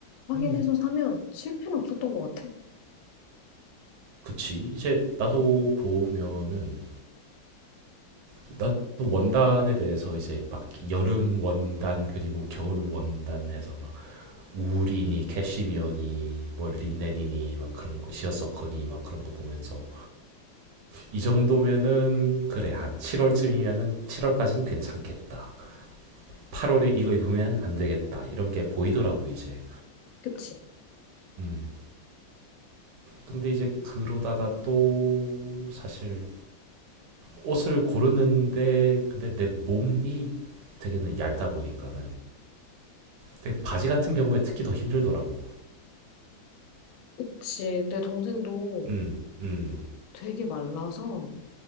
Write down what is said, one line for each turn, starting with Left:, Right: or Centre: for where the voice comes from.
Left: 확인해서
Right: 음
Left: 사면 실패는 없었던 것 같아.
Right: 그치. 이제 나도 보면은 나도 원단에 대해서 이제 막 여름 원단 그리고 겨울 원단 해서 막 울이니 캐시미어니 뭐 린넨이니 막 그런 거 시어서커니 막 그런 거 보면서 이 정도면은 그래 한 7월쯤이면은 7월까진 괜찮겠다. 8월에 이거 입으면 안 되겠다 이런 게 보이더라고 이제.
Left: 그치?
Right: 음. 근데 이제 그러다가 또 사실 옷을 고르는데 근데 내 몸이 되게는 얇다 보니까는 근데 바지 같은 경우에 특히 더 힘들더라고.
Left: 그치. 내 동생도
Right: 음, 음,
Left: 되게 말라서